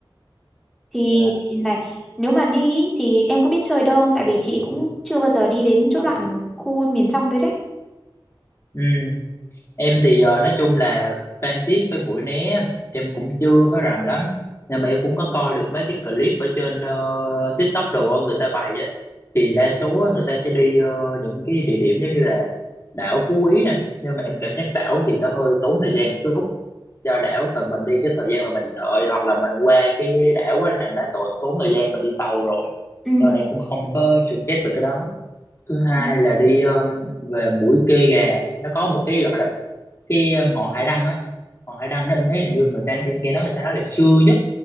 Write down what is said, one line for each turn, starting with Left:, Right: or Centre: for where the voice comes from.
Centre: thì
Left: dạ
Centre: chị này nếu mà đi ý, thì em có biết chơi đâu không tại vì chị cũng chưa bao giờ đi đến chỗ đoạn khu miền trong đấy đấy
Left: Ừ, Em thì ờ, nói chung là Phan Thiết với Mũi Né em cũng chưa có rành lắm nhưng mà em cũng có coi được mấy cái clip ở trên ờ, TikTok đồ á, người ta bày á thì đa số á, người ta sẽ đi ờ, những cái địa điểm giống như là đảo Phú Quý nè nhưng mà em cảm giác đảo thì nó hơi tốn thời gian chút do đảo mà mình đi cái thời gian mà mình đợi hoặc là mình qua cái đảo á là nó tốn tốn thời gian mình đi tàu rồi
Centre: ừ
Left: nên em cũng không có suggest về cái đó thứ hai
Centre: ừ
Left: là đi ờ, về mũi Kê Gà nó có một cái gọi là cái ờ, ngọn hải đăng á ngọn hải đăng đó em thấy là như người ta em nghe nói người ta nói là xưa nhất